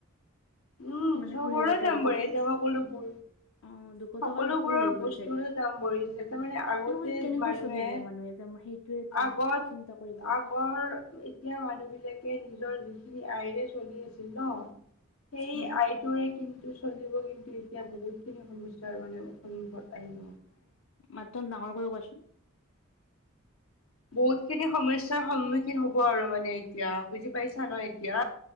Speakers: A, on the left; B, on the left.
A: উম,
B: মানে
A: চবৰে
B: সৰিয়হৰ তেলটো
A: দাম বাঢ়িছে
B: যে
A: সকলোবোৰ।
B: অ দুশ
A: সকলোবোৰৰ
B: টকাৰ ওপৰ হৈ গ'ল
A: বস্তুৰো
B: চাগে।
A: দাম বঢ়িছে তাৰমানে আগতে
B: তেনেকৈ কেনেকৈ
A: মানুহে
B: চলিব মানুহে যে সেইটোৱেটো
A: আগত,
B: চিন্তা কৰিব লাগিব।
A: আগৰ, এতিয়া মানুহবিলাক নিজৰ যিখিনি আইৰে চলি আছিল ন, সেই
B: হয়
A: আইটোৰে কিন্তু চলিব কিন্তু এতিয়া বহুতখিনি সমস্যাৰ মানে সন্মুখত আহিব
B: মাত্ৰ ডাঙৰ কৈ কোৱাচোন।
A: বহুত খিনি সমস্যাৰ সন্মুখীন হব আৰু মানে এতিয়া বুজি পাইছা ন এতিয়া?